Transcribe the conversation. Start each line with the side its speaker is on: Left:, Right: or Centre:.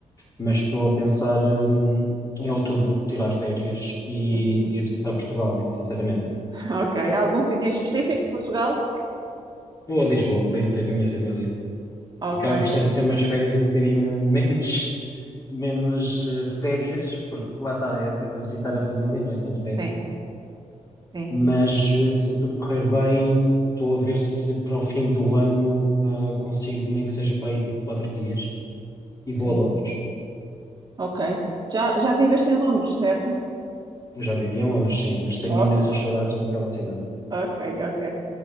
Left: Mas estou a pensar, hum, em outubro tirar férias e
Right: Uhum.
Left: e ir visitar Portugal, muito sinceramente.
Right: <laughs> Ok. Algum sítio em específico de Portugal?
Left: Vou a Lisboa para ir ter com a minha família.
Right: Ok.
Left: Acaba por ser assim umas férias um bocadinho <laughs> menos, menos eh, férias, porque lá está, é, é para visitar a família, não é tanto férias.
Right: Sim, sim.
Left: mas eh, se tudo correr bem, estou a ver se para o fim do ano ah, consigo, nem que seja para aí tipo quatro dias, e
Right: Sim.
Left: vou a Londres.
Right: Ok. Já, já viveste em Londres, certo?
Left: Eu já vivi em Londres, sim, mas tenho
Right: Ok,
Left: imensas saudades daquela cidade.
Right: ok, ok.